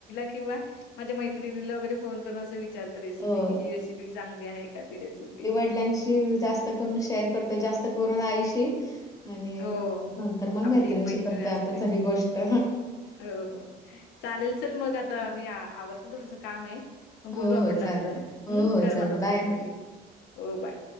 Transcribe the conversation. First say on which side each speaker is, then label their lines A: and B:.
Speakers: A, on the left (about 85°); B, on the left (about 20°).
A: किवा माझ्या मैत्रिणीला वगैरे फोन करून असच. विचारत रेसिपी
B: हो.
A: की ही रेसिपी चांगली आहे का ती रेसिपी.
B: मुलाशी जास्त करून शेअर करते जास्त करून आईशी. आणि
A: हो.
B: नंतर मग
A: आपली
B: मैत्रिणीशी
A: एक मैत्रीण
B: करतोय
A: असते.
B: आपण सगळी गोष्ट.
A: हो हो चालेल चल मग आता मी आवडते थोडंसं काम आहे.
B: हो,
A: बोलू आपण
B: हो, चालतंय.
A: नंतर
B: हो, हो,
A: कर
B: चल
A: मला
B: बाय,
A: फोन कधी हो बाय.